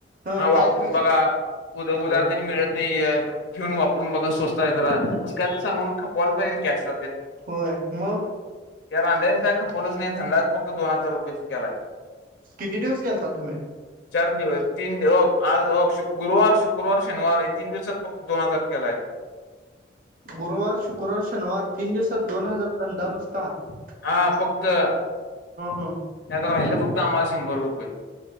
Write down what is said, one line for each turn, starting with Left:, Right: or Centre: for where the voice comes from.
Right: ह
Left: हा वापरून
Right: काय तर
Left: बघा, उद-उदार
Right: ते
Left: त्यांनी मिळत नाहीय य! फिरून वापरून बघा स्वस्त आहे जरा, असं काय तर सांगून खपवायला पाहिजे की कॅश ला!
Right: होय मग -
Left: त्या रांडंच्यान काय खपवलच नाही काय धंदा फक्त दोन हजार रुपयच केलाय.
Right: किती दिवस गेलतात. तुमी-
Left: चार दिवस तीन दिव आज होक, शुक्रवार, शुक्रवार शनिवार हे तीन दिवसात फक्त दोन हजार केेलाय.
Right: गुरुवार शुक्रवार, शनिवार - तीन दिवसात दोन हजार धंदा नुस त्ता <unintelligible>
Left: हा फक्त- ह्यात
Right: ह
Left: राहील ब कामाला शंभर रुपये